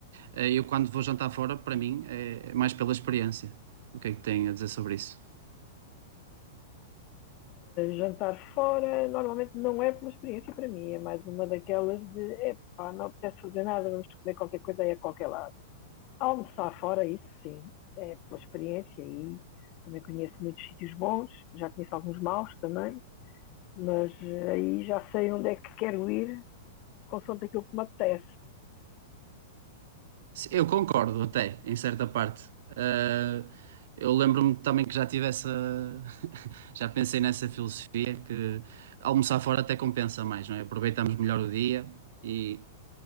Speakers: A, on the right; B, on the left.
A: Ah, eu, quando vou jantar fora, para mim, é mais pela experiência. O que é que tem a dizer sobre isso?
B: jantar fora normalmente não é uma experiência para mim, é mais uma daquelas de epá, não apetece fazer nada, vamos comer qualquer coisa aí a qualquer lado. Almoçar fora, isso sim, é pela experiência e também conheço muitos sítios bons, já conheço alguns maus também, mas eh, aí já sei onde é que quero ir, consoante aquilo que me apetece.
A: Sim, Eu concordo até, em certa parte. Ah, eu lembro-me também que já tive essa. <laughs> Já pensei nessa filosofia que almoçar fora até compensa mais, não é? Aproveitamos melhor o dia e.